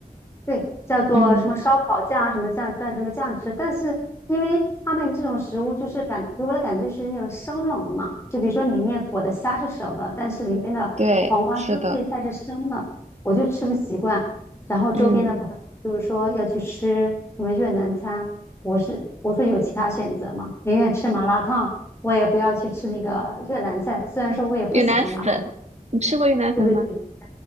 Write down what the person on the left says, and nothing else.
对，叫做什么烧烤酱啊，
什么酱蘸这个酱吃。但是因为他们这种食物就是感给我的感觉是那种生冷的嘛，就比如说里面裹的虾是熟的，但是里面的黄瓜丝配菜是生的，
我就吃不习惯。然后周边的朋友就是说要去吃什么越南餐，
我是我说有其他选择吗？宁愿吃麻辣烫，我也不要去吃那个越南菜。虽然说我也不喜欢麻辣烫，
对对对，